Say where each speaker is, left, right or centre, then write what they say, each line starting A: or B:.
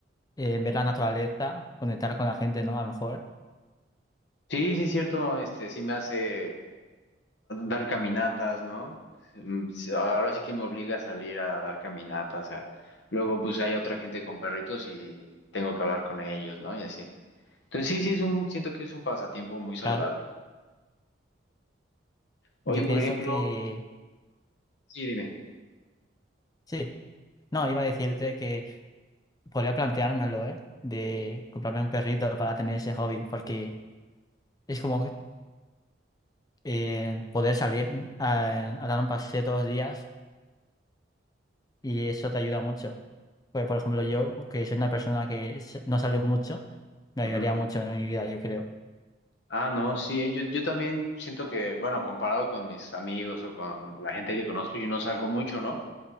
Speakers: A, on the left; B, on the left.
A: eh, ver la naturaleza, conectar con la gente, ¿no? A lo mejor,
B: Sí, sí, es cierto, este, sí me hace dar caminatas, ¿no? Mm, sí, Ahora sí que me obliga a salir a dar caminatas, a- Luego pues hay otra gente con perritos y tengo que hablar con ellos, ¿no? Y así. Entonces sí, sí es un, siento que es un pasatiempo muy saludable.
A: claro.
B: Oye,
A: Yo
B: por
A: pienso
B: ejemplo,
A: que
B: sí, dime.
A: sí. No, iba a decirte que podría planteármelo, ¿eh? De comprarme un perrito para tener ese hobby, porque es como eh, poder salir a, a dar un paseo todos los días y eso te ayuda mucho. Pues, por ejemplo, yo, que soy una persona que s- no sale mucho, me
B: Ujú.
A: ayudaría mucho en mi vida, yo creo.
B: Ah, no, sí, eh, yo, yo también siento que, bueno, comparado con mis amigos o con la gente que conozco, yo no salgo mucho, ¿no?